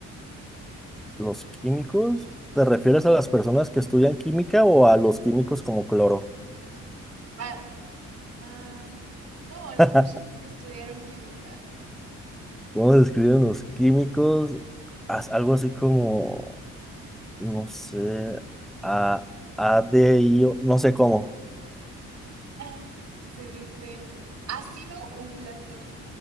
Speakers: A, in the centre; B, on the right (about 55°).
A: ¿Los químicos? ¿Te refieres
B: Ujú.
A: a las personas que estudian química o a los químicos como cloro?
B: Ah, ah, no, a las
A: <laughs>
B: personas que estudiaron química.
A: ¿Cómo se describen los químicos? Haz Algo así como. No sé, a, a d I, o- no sé cómo.
B: <laughs> Se dicen, ha sido un placer.